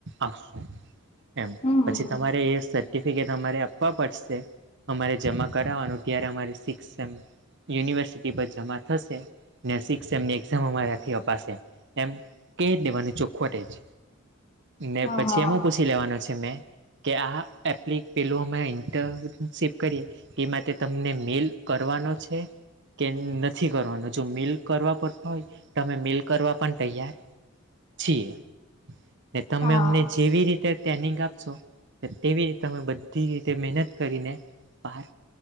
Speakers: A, on the right; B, on the left.
A: આપશું એમ
B: હમ
A: પછી તમારે એ ટ આપવા પડશે અમારે જમા કરનું તમાિક યુનિવર્સિટી પર જમા થશે સિક્ એમની એક્ઝામ અમારાથી અપાશે એમ કે દેવાનું ચોખવટે જ ને
B: હા
A: પછી
B: હા
A: એમ પૂછી લેવાનો છે મેં કે આ એપ્લ પેલું અમે ઇન્ટરનશેપ કરીએ એ માટે તમને મેલ કરવાનો છે કે નથી. નથી કરવાનો જો મેઇલ કરવા પડતો હોય તો અમે મેઇલ કરવા પણ તૈયાર છીએ ને તમે
B: હા
A: અમને જેવી રીતે ટ્રેનિંગ આપ તેવીતે તમે બધી રીતે મહેનત કરીને બાર